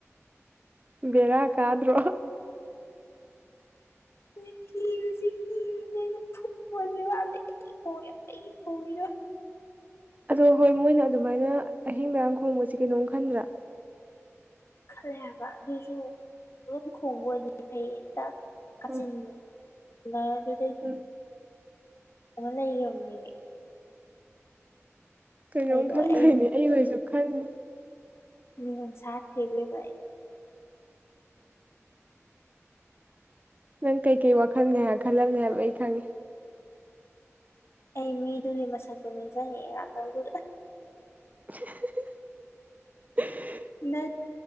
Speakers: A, on the right; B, on the left.
A: ꯕꯔ ꯀꯥꯗ꯭ꯔꯣ
B: ꯍꯧꯖꯤ ꯍꯧ ꯃꯒꯤ ꯋꯥꯅꯦ ꯀꯩꯣ ꯌꯥꯝ ꯀꯩ ꯈꯣ ꯔ
A: ꯑꯗꯣ ꯍꯣꯏ ꯃꯣꯏꯅ ꯑꯗꯨꯃꯥꯏꯅ ꯑꯍꯤꯡ ꯃꯔꯔꯥꯡ ꯈꯣꯡꯕꯁꯤ ꯀꯩꯅꯣꯝ ꯈꯟꯗ꯭ꯔꯥ
B: ꯈꯜꯂꯦ ꯍꯥꯏꯕ ꯑꯗꯨꯁꯨ ꯑꯗꯨꯝ ꯈꯕꯅꯤ ꯐꯩ ꯍꯦꯛꯇ ꯀꯆꯤꯟ
A: ꯎꯝ
B: ꯂꯔꯗ
A: ꯎꯝ
B: ꯂꯩ ꯑꯃꯅꯤꯅꯤꯅꯦ
A: ꯀꯩꯅꯣꯝ
B: ꯑꯩꯗꯣ
A: ꯈꯟꯗꯣꯏꯅꯦ
B: ꯑꯩ
A: ꯑꯩꯍꯣꯏꯁꯨ ꯈꯟꯅꯤ
B: ꯃꯤ ꯁꯥꯔ ꯊꯦꯒꯂꯦ ꯥꯏ <inaudible>
A: ꯅꯪ ꯀꯩꯀꯩ ꯋꯥꯈꯜꯒ ꯍꯥꯏ ꯈꯜꯂꯝꯕꯅꯦ ꯍꯥꯏꯕ ꯑꯩ ꯈꯪꯉꯦ
B: ꯑꯩ ꯃꯤꯗꯨꯒꯤ ꯃꯁꯛ ꯈ ꯉꯖꯅꯤ ꯑꯗꯨ
A: <inaudible>
B: ꯃ